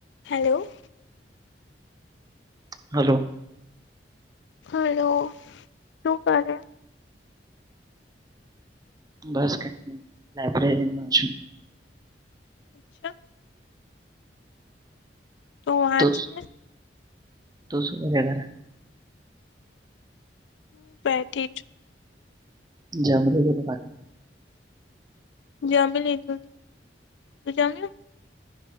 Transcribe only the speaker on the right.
Hello.
બસ કઈ, લાયબ્રેરીમાં છું.
તો જ.
તું શું કરે?
જમી લીધુ કે બા